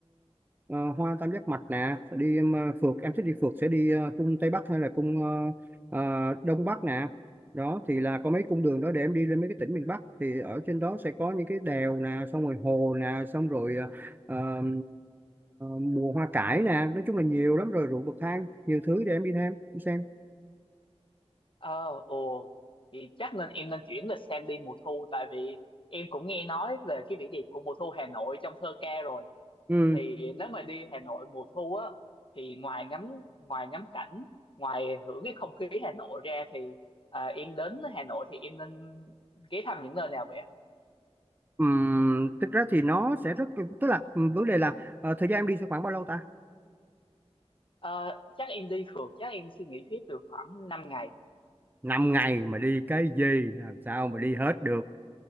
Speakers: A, on the right; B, on the left.
A: ờ, ờ, hoa tam giác mạch nè sẽ đi em, ờ, phượt em thích đi phượt sẽ đi ờ, cung Tây Bắc hay là cung ờ, ờ, Đông Bắc nè đó thì là có mấy cung đường đó để em đi lên mấy cái tỉnh miền Bắc thì ở trên đó sẽ có những cái đèo nè xong rồi hồ nè xong rồi ờ, ờ, mùa hoa cải nè nói chung là nhiều lắm rồi ruộng bậc thang nhiều thứ để em đi thêm đi xem
B: Ờ, ồ. Thì chắc nên em nên chuyển lịch sang đi mùa thu tại vì em cũng nghe nói về cái vẻ đẹp của mùa thu Hà Nội trong thơ ca rồi.
A: ừ
B: thì nếu mà đi Hà Nội mùa thu á thì ngoài ngắm ngoài ngắm cảnh ngoài hưởng cái không khí Hà Nội ra thì à, em đến Hà Nội thì em nên ghé thăm những nơi nào vậy
A: Ừm, thực ra thì nó sẽ rất tức là ừm, vấn đề là ờ, thời gian em đi sẽ khoảng bao lâu ta
B: Ờ, chắc em đi phượt chắc em suy nghĩ hết được khoảng năm ngày
A: năm ngày mà đi cái gì làm sao mà đi hết được